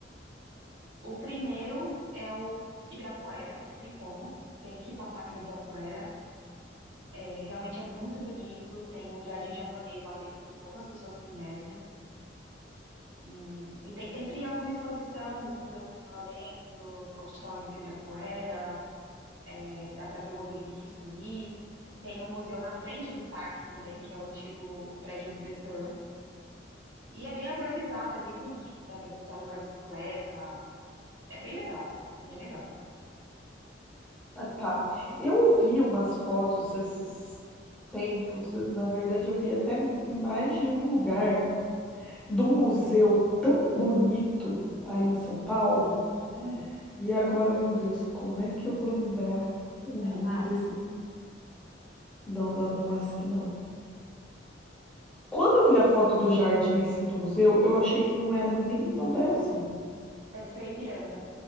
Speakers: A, on the right; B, in the centre.
A: O primeiro é o Ibirapuera, não tem como, tem que passar pelo Ibirapuera. É, realmente é muito bonito, tem um jardim japonês lá dentro que poucas pessoas conhecem. Hum, e tem sempre alguma exposição nos museus que tem lá dentro, no auditório do Ibirapuera. É, dá para ver o obelisco ali. Tem um museu na frente do parque também, que é o antigo prédio do Detran. E é bem arborizado, é bem bonito, dá para você alugar bicicleta. É bem legal, é bem legal.
B: Ah, tá. Eu vi umas fotos esses tempos, eu- na verdade eu vi até em mais de um lugar, de um museu tão bonito aí em São Paulo.
A: Hum,
B: E agora, meu Deus, como é que eu vou lembrar o
A: era
B: nome
A: o MASP?
B: desse? Não, não é do MASP, não. Quando eu vi a foto do jardim assim do museu, eu achei que não era nem no Brasil.
A: Deve ser o Ipiranga,